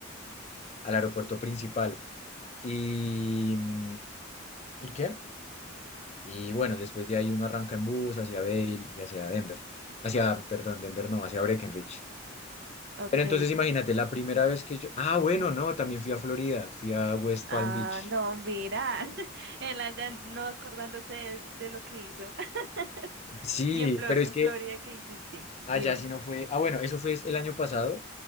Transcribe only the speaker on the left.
al aeropuerto principal. Y, mm, ¿y qué? Y bueno, después de ahí uno arranca en bus hacia Vail y hacia Denver. Hacia, perdón, Denver no, hacia Breckenridge.
Pero entonces imagínate, la primera vez que yo... Ah, bueno, no, también fui a Florida, fui a West
Palm Beach.
Sí,
pero es
que
allá
sí no fue... Ah, bueno, eso fue el año pasado.